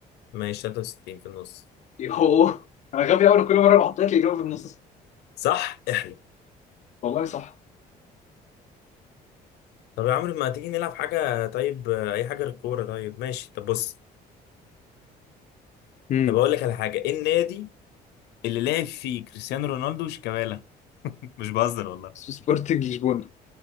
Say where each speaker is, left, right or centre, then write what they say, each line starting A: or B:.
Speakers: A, on the left; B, on the left.
A: ماشي 63 في النص
B: يوه انا غبي قوي كل مره بحط لك الاجابه في النص
A: صح احلم
B: والله صح
A: طب يا عمرو ما تيجي نلعب حاجة طيب آه، أي حاجة غير الكورة طيب ماشي طب بص
B: امم
A: طب أقول لك على حاجة إيه النادي اللي لعب فيه كريستيانو رونالدو وشيكابالا <laughs> مش بهزر والله
B: اسمه سبورتنج لشبونه